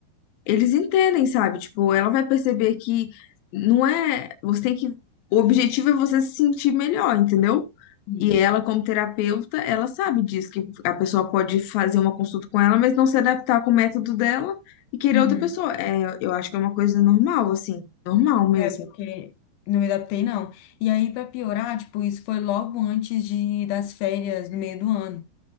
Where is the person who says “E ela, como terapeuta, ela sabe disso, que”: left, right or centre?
Left